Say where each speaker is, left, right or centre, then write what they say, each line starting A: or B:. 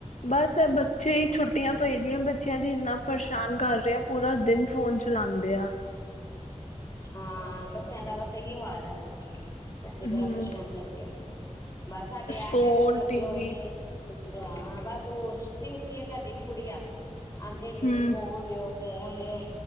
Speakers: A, on the left; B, on the left.
A: ਬਸ ਇਹ ਬੱਚੇ ਹੀ ਛੁੱਟੀਆਂ ਪਈ ਦੀਆਂ ਬੱਚਿਆਂ ਦੀ ਇੰਨਾ ਪਰੇਸ਼ਾਨ ਕਰ ਰਿਹਾ ਪੂਰਾ ਦਿਨ ਫੋਨ ਚਲਾਦੇ ਆ।
B: ਹਾਂ ਬੱਚਿਆਂ ਦਾ ਬਸ ਇਹੀ ਓ ਹਾਲ ਏ। ਬੱਚੇ ਬੜਾ
A: ਹਮ
B: ਪਰੇਸ਼ਾਨ ਕਰਦੇ ਐ ਬਸ ਸਾਡੇ ਆ
A: ਫੋਨ
B: ਪਿਆ ਵੇਖ ਲੱਗੇ
A: ਟੀਵੀ
B: ਹੋਏ ਨੇ ਹਾਂ ਬਸ ਓ ਸੁੱਤੀ ਉੱਠੀ ਐ ਸਾਡੀ ਵੀ ਗੁੜੀਆ ਆਂਦੇ ਈ
A: ਹਮ
B: ਫੋਨ ਦਿਓ। ਫੋਨ ਦਿਓ